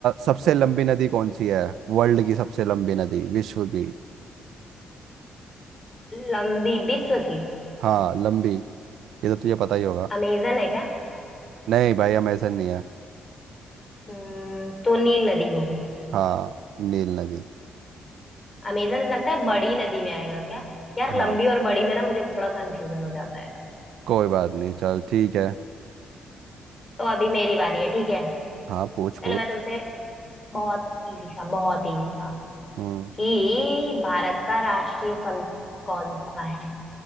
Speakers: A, on the right; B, on the left.
A: सबसे लंबी नदी कौन सी है वर्ल्ड की सबसे लंबी नदी विश्व की
B: लंबी विश्व की
A: हाँ लंबी ये तो तुझे पता ही होगा
B: अमेजन है क्या
A: नहीं भाई अमेजन नहीं है
B: हम्म, तो नील नदी होगी
A: हाँ नील नदी
B: अमेजन लगता है बड़ी नदी में आएगा क्या यार
A: हाँ
B: लंबी और बड़ी में ना मुझे थोड़ा कंफ्यूजन हो जाता है
A: कोई बात नहीं चल ठीक है
B: तो अभी मेरी बारी है ठीक है
A: हाँ पूछ पूछ
B: चलो मैं तुमसे बहुत इजी सा बहुत इजी सा
A: हम्म
B: कि भारत का राष्ट्रीय फल कौन सा है